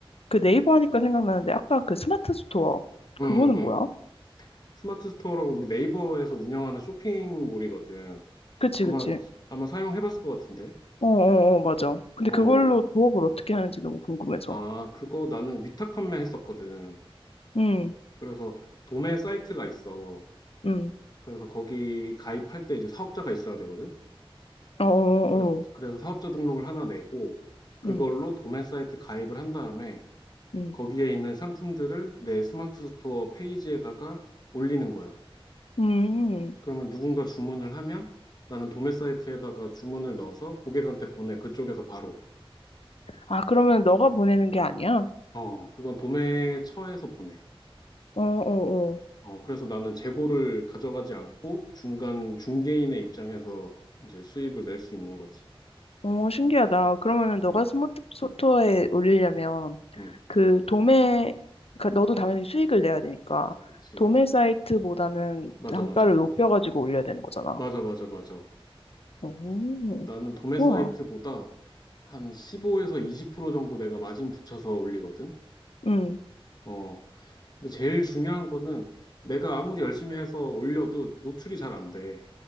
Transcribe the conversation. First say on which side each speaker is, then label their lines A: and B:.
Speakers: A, on the left (about 80°); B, on the left (about 45°).
A: 그 네이버 하니까 생각나는데, 아까 그 스마트 스토어.
B: 음,
A: 그거는
B: 음.
A: 뭐야?
B: 스마트 스토어라고 우리 네이버에서 운영하는 쇼핑몰이거든.
A: 그치,
B: 아마,
A: 그치.
B: 아마 사용해봤을 것 같은데.
A: 어, 어, 어, 맞아. 근데
B: 어,
A: 그걸로 부업을 어떻게 하는지 너무 궁금해서.
B: 아, 그거 나는 위탁 판매했었거든.
A: 응
B: 그래서 도매 사이트가 있어.
A: 응
B: 그래서 거기 가입할 때 이제 사업자가 있어야 되거든.
A: 어, 어,
B: 그래서,
A: 어,
B: 그래서 사업자 등록을 하나 내고, 그걸로
A: 응,
B: 도매 사이트 가입을 한 다음에
A: 응.
B: 거기에 있는 상품들을 내 스마트 스토어 페이지에다가 올리는 거야.
A: 음.
B: 그러면 누군가 주문을 하면 나는 도매 사이트에다가 주문을 넣어서 고객한테 보내. 그쪽에서 바로.
A: 아, 그러면 너가 보내는 게 아니야?
B: 어, 그건 도매처에서 보내.
A: 어, 어, 어.
B: 어, 그래서 나는 재고를 가져가지 않고 중간 중개인의 입장에서 이제 수입을 낼 수 있는 거지.
A: 어, 신기하다. 그러면은 너가
B: 응,
A: 스마트 스토어에 올리려면
B: 응,
A: 그 도매, 그러니까 너도 당연히 수익을 내야 되니까
B: 그치.
A: 도매 사이트보다는
B: 맞아,
A: 단가를
B: 맞아.
A: 높여가지고 올려야 되는 거잖아.
B: 맞아, 맞아, 맞아.
A: 오,
B: 나는 도매
A: 우와.
B: 사이트보다 한 15에서 20% 정도 내가 마진 붙여서 올리거든.
A: 응,
B: 어, 근데 제일 중요한 거는 내가 아무리 열심히 해서 올려도 노출이 잘 안 돼.